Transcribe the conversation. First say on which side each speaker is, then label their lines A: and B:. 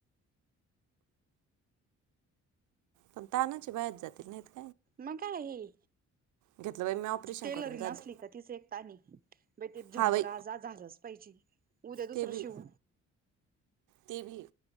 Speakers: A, on the right; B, on the right.
A: पण तानाचे बाहेचा जातील नाही का?
B: मग काय
A: घेतलं बाई मी ऑपरेशन
B: टेलरीन
A: करून जात
B: असली का तिच एक ताने. बाई ते झंपर
A: हा बाई
B: आज ना झालंच पाहिजे उद्या
A: ते
B: दुसरं
A: बी
B: शिव.
A: ते बी